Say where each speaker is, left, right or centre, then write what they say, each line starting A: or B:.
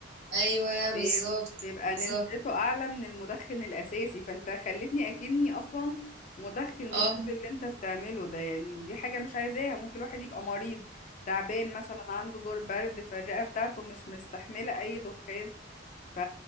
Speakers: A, on the right; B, on the left.
A: ايوه
B: بيب-
A: بالظبط
B: بيبقى
A: بالظبط
B: نسبته اعلى من المدخن الاساسي فانت خلتني اكني اصلا مدخن
A: اه
B: بسبب اللي انت بتعمله ده يعني ودي حاجة مش عايزاها ممكن الواحد يبقى مريض تعبان مثلا عنده دور برد فالرئة بتاعته مش مستحملة اي دخان ف...